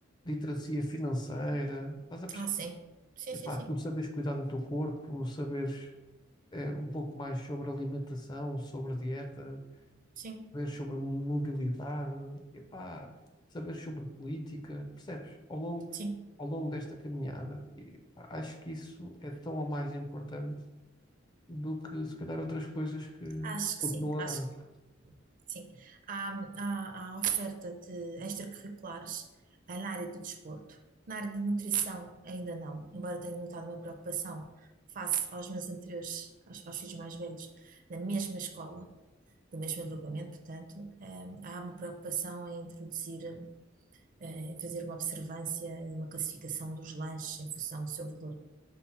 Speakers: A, on the left (about 20°); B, on the right (about 40°).
A: literacia financeira, estás a perceber?
B: Ah, sim. Sim,
A: Epá,
B: sim, sim.
A: tu sabes cuidar do teu corpo, saberes eh, um pouco mais sobre alimentação, sobre dieta.
B: Sim,
A: saber sobre mobilidade, epá, saber sobre política, percebes? Ao longo,
B: sim.
A: ao longo desta caminhada, e, pá, acho que isso é tão ou mais importante do que se calhar outras coisas que
B: Acho que
A: continuam
B: sim. Acho
A: a,
B: Sim, há, há, há oferta de extracurriculares ah, na área do desporto. Na área de nutrição, ainda não, embora tenha notado uma preocupação face aos meus anteriores, aos, aos filhos mais velhos, na mesma escola, do mesmo agrupamento, portanto, eh, há uma preocupação em introduzir, eh, em fazer uma observância e uma classificação dos lanches em função do seu valor